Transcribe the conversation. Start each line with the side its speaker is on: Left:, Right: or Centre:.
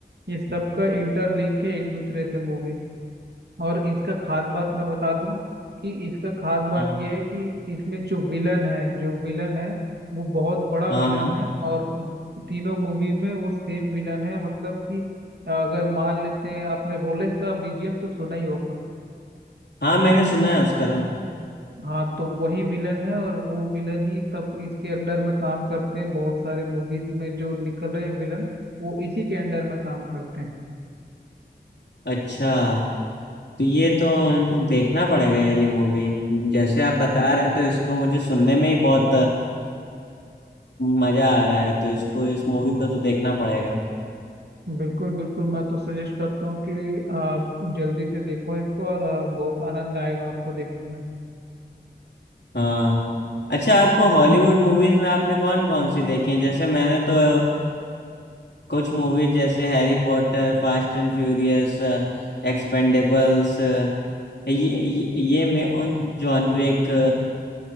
Right: ये सबका इंटरलिंक है एक दूसरे से मूवी और इसका खास बात मैं बता दूं कि इसका खास बात
Left: हाँ
Right: ये है कि इसमें जो विलन है जो विलन है वो बहुत बड़ा
Left: हाँ
Right: विलन
Left: हाँ
Right: है और वो तीनों मूवी में वो सेम विलन है मतलब कि अगर मान लेते हैं आपने रोलेक्स का बीजीएम तो सुना ही होगा
Left: हाँ मैंने सुना है उसका नाम।
Right: हाँ तो वही विलन है और वो विलन ही सब इसके अंडर में काम करते हैं बहुत सारे मूवीज में जो निकल रहे हैं विलन वो इसी के अंडर में काम करते हैं
Left: अच्छा तो ये तो देखना पड़ेगा ये वाली मूवी जैसे आप बता रहे हैं तो इसको मुझे सुनने में ही बहुत अ, मजा आ रहा है तो इसको इस मूवी को तो देखना पड़ेगा
Right: बिल्कुल बिल्कुल मैं तो सजेस्ट करता हूँ कि आप जल्दी से देखो इसको और आ, बहुत आनंद आएगा आपको देखने में
Left: हाँ अच्छा आपको हॉलीवुड मूवीज में आपने कौन कौन सी देखी है जैसे मैंने तो अ, कुछ मूवीज जैसे Harry Potter Fast and Furious Expendables ये ये, ये मैं और जॉन विक